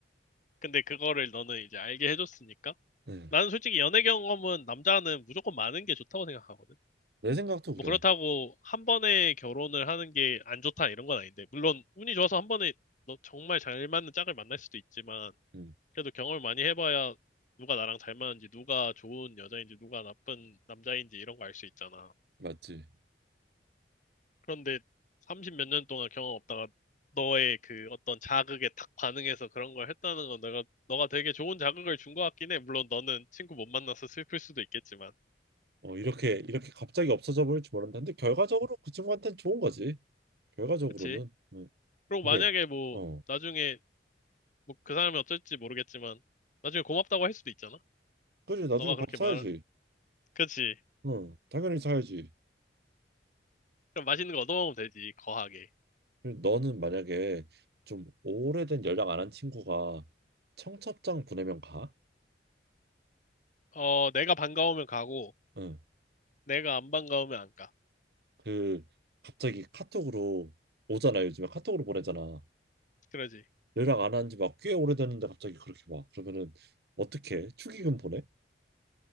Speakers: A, on the left; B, on the right.
A: 근데 그거를 너는 이제 알게 해줬으니까
B: 응.
A: 나는 솔직히 연애 경험은 남자는 무조건 많은 게 좋다고 생각하거든.
B: 내 생각도
A: 뭐
B: 그래.
A: 그렇다고 한 번에 결혼을 하는 게 안 좋다 이런 건 아닌데, 물론 운이 좋아서 한 번에 너 정말 잘 맞는 짝을 만날 수도 있지만,
B: 응,
A: 그래도 경험을 많이 해봐야 누가 나랑 잘 맞는지, 누가 좋은 여자인지, 누가 나쁜 남자인지 이런 거 알 수 있잖아.
B: 맞지.
A: 그런데 30 몇 년 동안 경험 없다가 너의 그 어떤 자극에 탁 반응해서 그런 걸 했다는 건 내가, 너가 되게 좋은 자극을 준 것 같긴 해. 물론 너는 친구 못 만나서 슬플 수도 있겠지만.
B: 어, 이렇게 이렇게 갑자기 없어져 버릴 지 몰랐는데 데 결과적으로 그 친구한테는 좋은 거지. 결과적으로는.
A: 그치?
B: 응.
A: 그리고 만약에
B: 근데
A: 뭐
B: 어,
A: 나중에 뭐 그 사람이 어쩔지 모르겠지만 나중에 고맙다고 할 수도 있잖아.
B: 그지 나중에
A: 너가 그렇게
B: 밥 사야지.
A: 말, 그치?
B: 응, 당연히 사야지.
A: 그럼 맛있는 거 얻어먹으면 되지 거하게.
B: 그리고 너는 만약에 좀 오래된 연락 안 한 친구가 청첩장 보내면 가?
A: 어 내가 반가우면 가고
B: 응.
A: 내가 안 반가우면 안 가.
B: 그 갑자기 카톡으로 오잖아 요즘에 카톡으로 보내잖아.
A: 그러지.
B: 연락 안 한 지 막 꽤 오래됐는데 갑자기 그렇게 와. 그러면은 어떻게 축의금 보내?